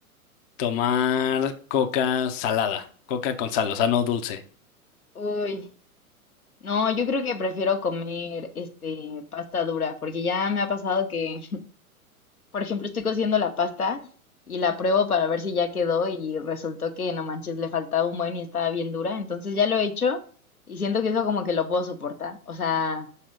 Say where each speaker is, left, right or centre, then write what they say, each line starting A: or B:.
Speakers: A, on the left; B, on the left.
A: tomar coca salada, coca con sal, o sea, no dulce?
B: Uy, no, yo creo que prefiero comer este pasta dura porque ya me ha pasado que Por ejemplo, estoy cociendo la pasta y la pruebo para ver si ya quedó y resultó que no manches, le faltaba un buen y estaba bien dura. Entonces ya lo he hecho y siento que eso como que lo puedo soportar. O sea,